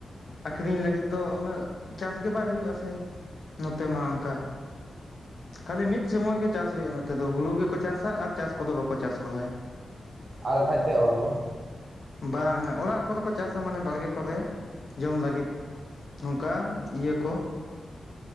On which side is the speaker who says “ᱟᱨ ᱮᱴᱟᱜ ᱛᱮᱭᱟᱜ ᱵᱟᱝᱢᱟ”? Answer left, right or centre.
Right